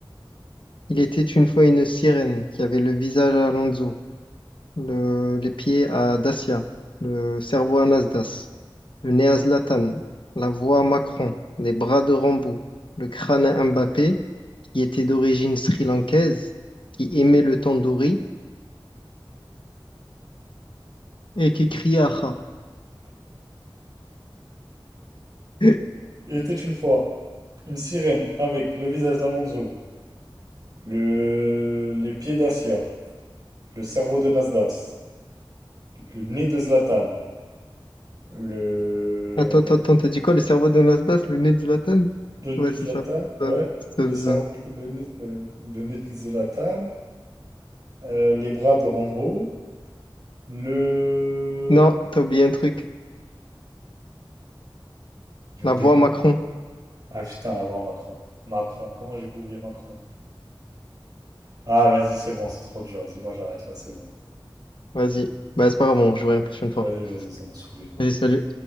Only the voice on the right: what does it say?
Il était une fois une sirène avec le visage d'Alonso, le, les pieds d'Asia, le cerveau de Nasdaq, le nez de Zlatan, le,
le nez
de
Zlatan,
ouais,
le,
cerveau-
le, nez, le, le nez de Zlatan, euh, les bras de Rambo, le.
J'ai oublié
quoi?
Ah putain, la voix Macron. Macron, comment j'ai pu oublier Macron? Ah, vas-y, c'est bon, c'est trop dur. Vas-y, moi j'arrête là, c'est bon.
Vas-y, vas-y, ça m'a saoulé là.